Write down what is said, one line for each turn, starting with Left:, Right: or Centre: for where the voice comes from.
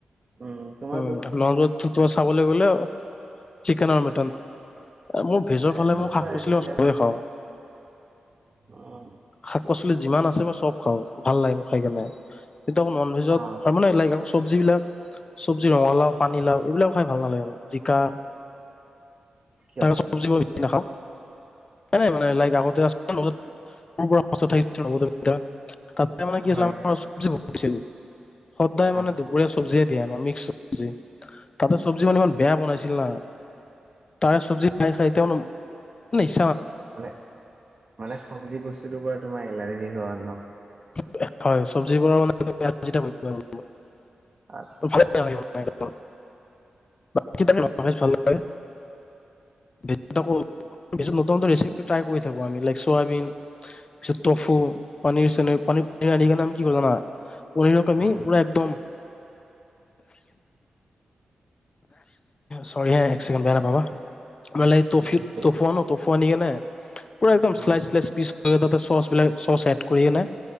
Right: উম তোমাৰ
Left: উ নন ভেজ। খাবলৈ গ'লে চিকেন আৰু মিটন। মোৰ
Right: কোৱাচোন
Left: ভেজৰ ফালে মোৰ শাক
Right: প্ৰায়ৰিটি
Left: পাচলি
Right: দিয়া
Left: চবে
Right: হয়
Left: খাওঁ।
Right: উম
Left: শাক পাচলি যিমান আছে মই চব খাও ভাল লাগে মোৰ খাই কেনে। নন ভেজত
Right: অ
Left: আৰু মানে <unintelligible> চব্জিবিলাক চব্জি ৰঙালাউ পানীলাও এইবিলাক খাই ভাল নালাগে মোৰ। জিকা
Right: কিয়
Left: <unintelligible> চবজি কি নাখাওঁ। নাই মানে লাইক আগতে আ <unintelligible> তাতে মানে কি
Right: হয়
Left: আছিল <unintelligible> পৰিছিল। সদায় মানে
Right: আচ্ছা
Left: দুপৰীয়া চব্জি <unintelligible> মিক্স চবজি। তাতে চব্জি মানে ইমান বেয়া বনাইছিল না। তাৰে চব্জি খাই খাই তেওঁ ন <unintelligible>
Right: মানে মানে চব্জি বস্তুটোৰ পৰা তোমাৰ এলাৰ্জি। সাল ন
Left: <unintelligible> <unintelligible> <unintelligible> <unintelligible>
Right: আত্ছা।
Left: ভালে নালাগে মানে একদম ভাল <unintelligible> হয়। <unintelligible> <unintelligible> ৰেচিপি ট্ৰাই কৰি থাকো আমি লাইক চয়াবিন পিছত টফু পনীৰ চে। পান নালাৰ নাম কি না। পহিৰক আমি
Right: উম
Left: পুৰা একদম চৰি এককেড বাই নাপাবা। মানে এইফ
Right: ঠিক আছে
Left: তটফুৱা ন তটফুৱা ন কে নে। <inaudible> পুৰা একদম
Right: উম
Left: শ্লাইচ শ্লাইচ পীচ তাতে চচ বিলাক চচ এড কৰি কিনে